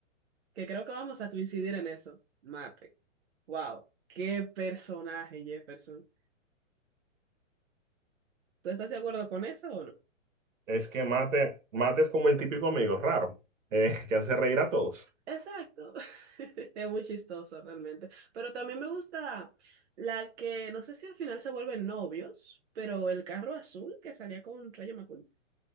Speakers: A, on the right (about 60°); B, on the right (about 80°).
A: que creo que vamos a coincidir en eso. Mate. Wow, qué personaje, Jefferson. ¿Tú estás de acuerdo con eso o no?
B: Es que Mate, Mate es como el típico amigo raro, <laughs> eh, que hace reír a todos.
A: Exacto. <laughs> Es muy chistoso realmente. Pero también me gusta la que, no sé si al final se vuelven novios, pero el carro azul que salía con Rayo McQueen.